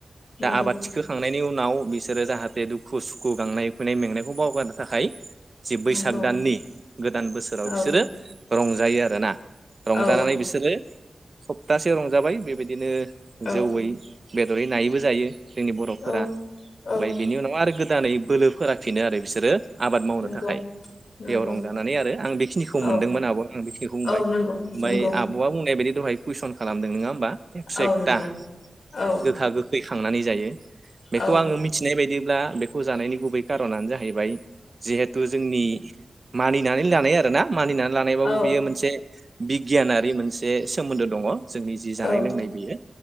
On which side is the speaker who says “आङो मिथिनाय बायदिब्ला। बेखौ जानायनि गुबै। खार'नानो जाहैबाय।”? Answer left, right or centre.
Right